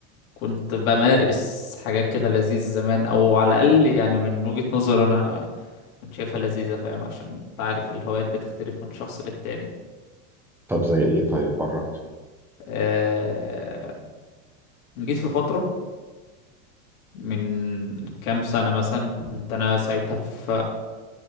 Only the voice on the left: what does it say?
كنت بمارس حاجات كده لذيذة زمان او على الاقل يعني من وجهة نظر انا كنت شايفها لذيذة فاهم عشان تعرف الهوايات بتختلف من شخص للتاني
أه جيت في فترة من كام سنة مثلا كنت أنا ساعتها في